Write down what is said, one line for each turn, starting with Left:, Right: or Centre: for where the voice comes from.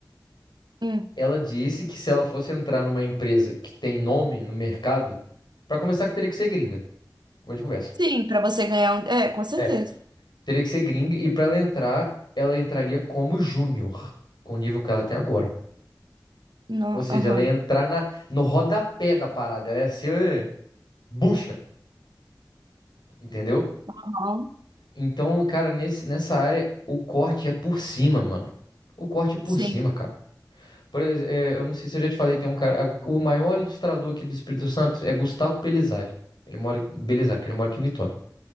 Right: Hum.
Left: Ela disse que se ela fosse entrar numa empresa que tem nome no mercado, para começar que teria que ser gringa, como a gente conversa.
Right: Sim, pra você ganhar um. É, com certeza.
Left: É, teria que ser gringa e para ela entrar, ela entraria como júnior, com o nível que ela tem agora.
Right: Não,
Left: Ou seja,
Right: aham.
Left: ela ia entrar na, no rodapé da parada, ela ia ser bucha. Entendeu?
Right: Aham.
Left: Então, cara, nesse, nessa área, o corte é por cima, mano. O corte é por
Right: Sim.
Left: cima, cara. Por, ex- é, eu não sei se eu já te falei, tem um cara. O maior ilustrador aqui do Espírito Santo é Gustavo Pelizari. Ele mora em Belizari, que ele mora aqui em Vitória.